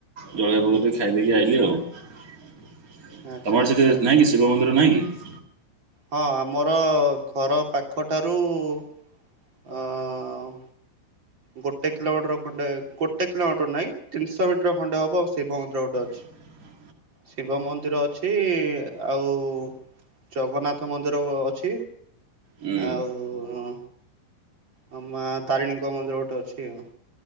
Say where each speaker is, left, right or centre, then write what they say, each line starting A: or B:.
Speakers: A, on the right; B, on the right.
A: ଜଳଖିଆ ଭୋଗ ଟିକେ ଖାଇଦେଇକି ଆଇଲି ଆଉ।
B: ଆଚ୍ଛା
A: ତମ ଆଡେ
B: ଆଚ୍ଛା।
A: ସେଠି ନାହିଁ କି ସି ଶିବ ମନ୍ଦିର ନାହିଁ କି?
B: ହଁ, ଆମର ଘର ପାଖଠାରୁ-ରୁ, ଅଁ ଗୋଟେ କିଲୋମିଟର ଖଣ୍ଡେ, ଗୋଟେ କିଲୋମିଟର ନାଇଁ ତିନିଶ ମିଟର ଖଣ୍ଡେ ହବ, ଶିବ ମନ୍ଦିର ଗୋଟେ ଅଛି।
A: ହ
B: ଶିବ ମନ୍ଦିର ଅଛି-ଇ, ଆଉ-ଉ ଜଗନ୍ନାଥ ମନ୍ଦିର ଅଛି।
A: ହୁଁ
B: ଆଉ-ଉଁ ଆ, ମା ତାରିଣୀଙ୍କ ମନ୍ଦିର ଗୋଟେ ଅଛି ଆଉ।